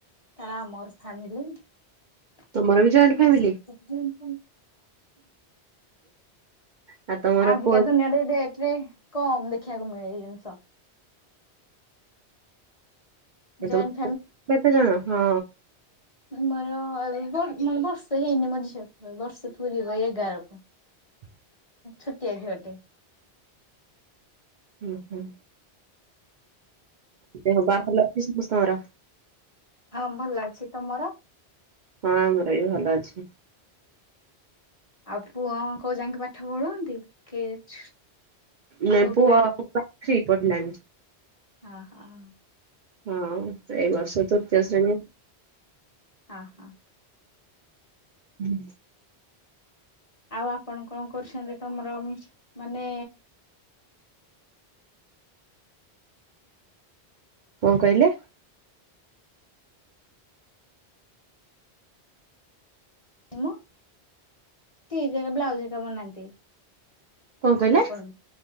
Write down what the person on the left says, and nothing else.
ତା ମୋର ଫ୍ୟାମିଲି। <unintelligible>
ହଁ।
ଆଜିକା
ଦୁନିଆରେ ଏ ଏଥିରେ କମ ଦେଖିବାକୁ ମିଳେ ଜିନିଷ।
ଜଏଣ୍ଟ
ଆମର ମ ବର୍ଷେ ହେଇନି ମୋ ଝିଅ କୁ ବର୍ଷେ ପୁରିବ ଏଗାରକୁ।
ଛୋଟିଆ ଝିଅଟେ।
ହଁ ଭଲ ଅଛି ତମର?
ଆଉ ପୁଅ କୋଉ ଯାଇକି ପାଠ ପଢନ୍ତି? କେଜ
କଉ
କ୍ଲାସ?
ହଁ ହଁ।
ହଁ ହଁ
ଆଉ ଆପଣ କଣ କରୁଛନ୍ତି ତମର ମାନେ
<unintelligible> ବ୍ଲାଉଜ ଏକ ବନାନ୍ତି।
ଆପଣ